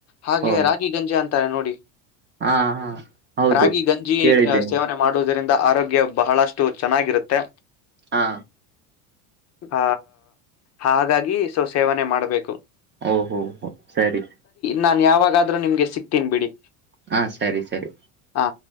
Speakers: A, on the left; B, on the right.
A: ಹಾಗೆ
B: ಹೋ
A: ರಾಗಿ ಗಂಜಿ ಅಂತ ತಾ ನೋಡಿ
B: ಹಾ ಹಾ ಹೌದು
A: ರಾಗಿ ಗಂಜಿ
B: ಕೇಳಿದ್ದೀನಿ
A: ಆ, ಸೇವನೆ ಮಾಡುವುದರಿಂದ ಆರೋಗ್ಯ ಬಹಳಷ್ಟು ಚೆನ್ನಾಗಿರುತ್ತೆ
B: ಹಾ
A: ಹ ಹಾಗಾಗಿ ಸ ಸೇವನೆ ಮಾಡ್ಬೇಕು
B: ಓಹೋ ಹೋ ಸರಿ
A: ನಾನ್ ಯಾವಾಗಾದ್ರೂ ನಿಮ್ಗೆ ಸಿಗ್ತೀನಿ ಬಿಡಿ
B: ಹಾ ಸರಿ ಸರಿ
A: ಹಾ